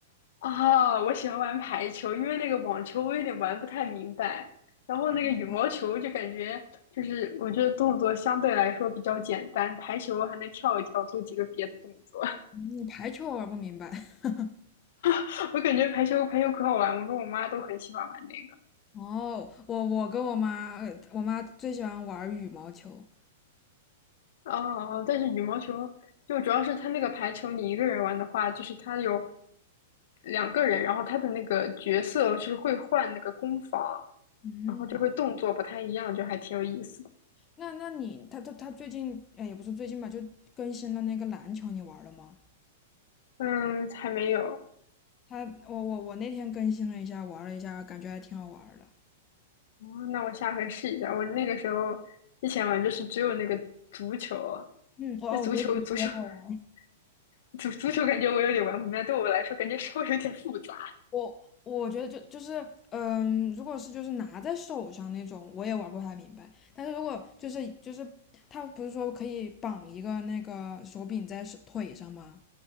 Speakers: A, on the left (about 65°); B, on the left (about 20°).
A: 啊。我喜欢玩排球，因为那个网球我有点玩不太明白，然后那个羽毛球就感觉就是我觉得动作相对来说比较简单，
B: 哦，
A: 排球还能跳一跳，做几个别的动作。
B: 你排球玩不明白。<laughs>
A: <laughs> 我感觉排球排球可好玩，我跟我妈都很喜欢玩那个。
B: 哦，我我跟我妈，呃我妈最喜欢玩羽毛球。
A: 哦哦，但是羽毛球就主要是它那个排球，你一个人玩的话，就是它有两个人，然后它的那个角色是会换那个攻防，
B: 嗯，
A: 然后就会动作不太一样，就还挺有意思的。
B: 那那你，他他他最近，哎，也不是最近吧，就更新了那个篮球，你玩了吗？
A: 嗯，还没有。
B: 他，我我我那天更新了一下，玩了一下，感觉还挺好玩的。
A: 哦，那我下回试一下。我那个时候之前玩就是只有那个足球，
B: 嗯，哦哦，
A: 那足球足球
B: 我觉得足球也好玩。
A: <laughs> 足足球感觉我有点玩不明白，对我来说感觉稍微有点复杂。
B: 我我觉得就就是，嗯，如果是就是拿在手上那种，我也玩不太明白。但是如果就是就是他不是说可以绑一个那个手柄在手腿上吗？